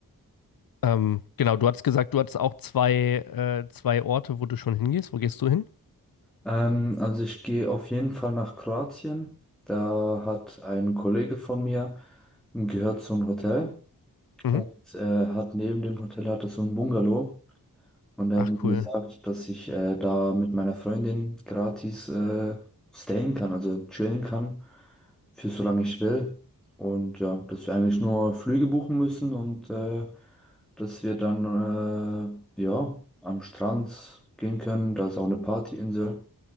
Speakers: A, on the left; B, in the centre.
A: Ähm, genau, du hattest gesagt, du hattest auch zwei, äh, zwei Orte, wo du schon hingehst. Wo gehst du hin?
B: Ähm, also ich gehe auf jeden Fall nach Kroatien. Da hat ein Kollege von mir gehört zu einem Hotel
A: Mhm.
B: und äh, hat neben dem Hotel hat er so ein Bungalow und er
A: Ach,
B: hat mir
A: cool.
B: gesagt, dass ich äh, da mit meiner Freundin gratis äh, stayen kann, also chillen kann für solange ich will. Und ja, dass wir eigentlich nur Flüge buchen müssen und äh, dass wir dann äh, ja am Strand gehen können. Da ist auch eine Partyinsel.